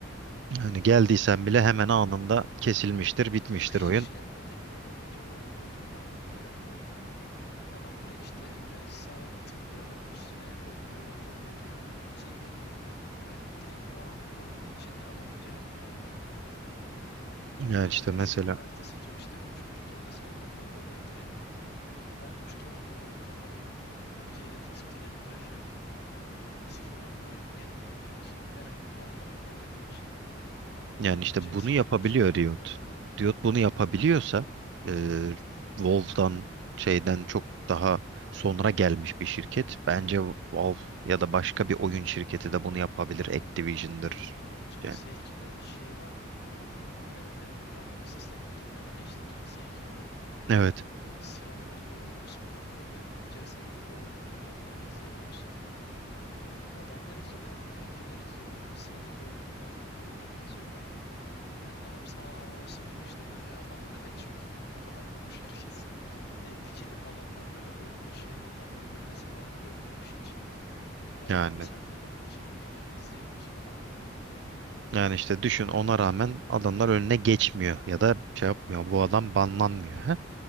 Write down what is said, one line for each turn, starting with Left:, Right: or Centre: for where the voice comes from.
Right: Yani geldiysen bile hemen anında kesilmiştir, bitmiştir
Left: Yuh hiç
Right: oyun.
Left: gelmedim ama videoları gördüm kanka gelenler. Adam direkt işte e, sağ tıklıyor adamın üstüne oyuncuyu raporla diyor. Hile diyor. Yani direkt o anın oyunun içinde adam incelenmeye alınıyor kanka.
Right: Yani
Left: Ertesi
Right: işte mesela
Left: ertesi tur işte üçüncü turda sen adamı raporladın diyelim. onuncu tur oluyor oyun kapanıyor. Hile tespit edildi diyor şey oluyor. Sıfırlanıyor oyun yeniden başlıyorsun. Herhangi bir puan falan kaybetmiyorsun.
Right: yani işte
Left: CS'ye
Right: bunu yapabiliyor
Left: giriyorsun kanka.
Right: Riot. Riot bunu yapabiliyorsa e, Valve'dan şeyden çok daha sonra gelmiş bir şirket. Bence Valve ya da başka bir oyun şirketi de bunu yapabilir. Activision'dır.
Left: Ya CS2'de
Right: Yani
Left: şey var bir de eee, rank sistemi getirdiler ya işte CS2'ye de.
Right: Evet
Left: Sıralamayı görebiliyorsun kanka ve CS2'de o oyuncunun oyunlarını izleyebiliyorsun. Adamlar izliyor ya bunu yayıncılar izliyor. Birinci sıradaki oyuncunun oy- oyunlarını izliyor kanka. Adam sağa havaya sıkıyor işte böyle adamlara headshot gidiyor. <laughs> Kafadan vurmuş herkesi. <laughs> 50 kili falan var böyle oyun başı 50 tane öldürmesi var. Ölmemiş hiç. Yani
Right: yani
Left: bunu sen yapabiliyorsun. Oyuna girip izleyebiliyorsun adamın oyununu.
Right: yani işte düşün ona rağmen adamlar önüne geçmiyor ya da şey yapmıyor bu adam banlanmıyor ha